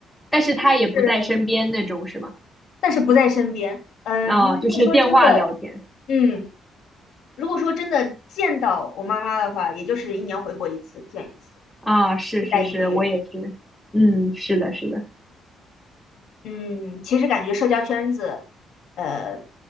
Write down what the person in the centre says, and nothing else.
但是他也不在身边那种是吗？
啊，
就是电话聊天
啊，是是是，
我也是，嗯，是的，是的，